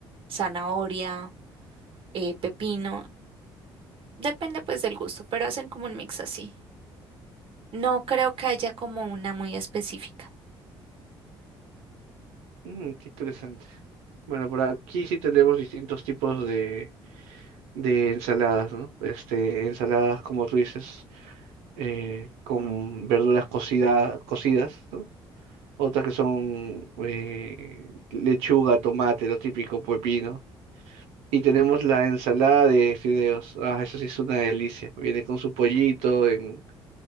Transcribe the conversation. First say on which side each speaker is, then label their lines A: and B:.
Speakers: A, on the right; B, on the right.
A: zanahoria, eh, pepino. Depende, pues, del gusto, pero hacen como un mix así. No creo que haya como una muy específica.
B: Mm, qué interesante. Bueno, por aquí sí tenemos distintos tipos de, de ensaladas, ¿no? Este, ensaladas, como tú dices, eh, con verduras cocida- cocidas, ¿no? otras que son eh, lechuga, tomate, lo típico, pepino. Y tenemos la ensalada de fideos. Ah, eso sí es una delicia. Viene con su pollito, en,